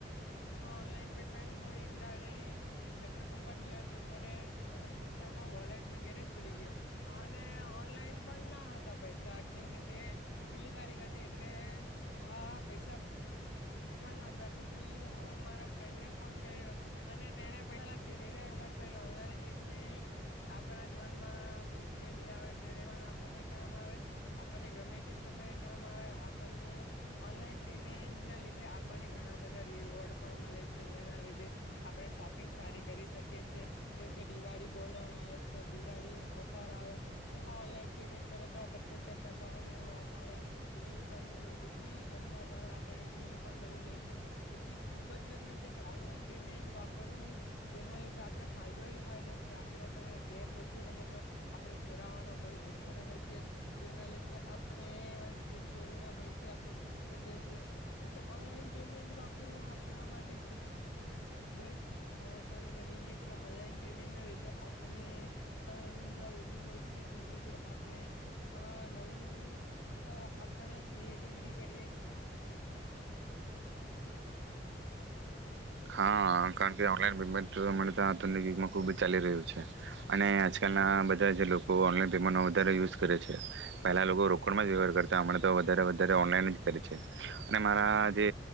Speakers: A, on the left; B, on the right.
A: ઓનલાઈન પેમેન્ટ હું એક દાડે પેટ્રોલ પંપા ગીયો હતો ત્યારે માહાહા ખિસ્સામાં વોલેટ મે ઘેરેજ ભુલી ગયો અને ઓનલાઈન પણ ના હતા પૈસા કેમકે તે છેલ્લી તારીખ હતી એટલે અ પૈસા પણ નતા, તેથી હું મારા ફ્રેન્ડને ફોન કર્યો અને તેને પૈહા લાખી <unintelligible> ઓનલાન પેમેન્ટ આપણા જીવનમાં મુશ્કેલી આવે ત્યારે પણ આપણને કામ આવે, આપણને ગમે તે સમયે કામ આવે, આપણને ઓનલાઈન પેમેન્ટના લી ધે આપણને ઘણા બધા રીવોર્ડ પણ મળે છે, જેના લીધે આપણે શોપિંગ સારી કરી શકીએ છે, જેમકે દિવાળી બોનસ દિવાળી ઓફર આવે તેમાં ઓનલાઈન પેમેન્ટ કરો તો પચોતર ટકા ને એવું ઓફ આવે ટી વી પર ને <unintelligible> સસ્તા ભાવે આપણને ટી વી પણ મળી જાય છે તેથી ખુબ જ જરૂરી છે કે ઓનલાઈન પેમેન્ટ વાપરવું જેના લીધે આપણે ફાયદો ફાયદો છે આપણે પાસે કેશ ઓછો રહે તો આપણે ચોરાવાનો ભય ઓછો રહે છે જેના લીધે આપણે ચોરીના ભયથી આપણે બચી શકીએ છી એછ ઓનલાઈન પેમેન્ટ વાપરવું આપણા માટે ખૂબ ખૂબ જ મહત્વનું બની ગયું છે ઓનલાઈન પેમેન્ટના લીધે આપને સુવિધા વધુ મળશે જેના લીધે આપણે નવી નવી આપણે ક્રિએટિવિટી કરીએી
B: હા કારણ કે ઓનલાઈન પેમેન્ટ અ તો આતન ુગમાં ખૂબ જ ચાલી રહ્યું છે અને આજકાલના બધા જે લોકો ઓનલાઈન પેમેન્ટનો વધારે યુઝ કરે છે પહેલા લોકો રોકડમાં જ વ્યવહાર કરતા હમણાં તો વધારે વધારે ઓનલાઈન જ કરે છે અને મારા જે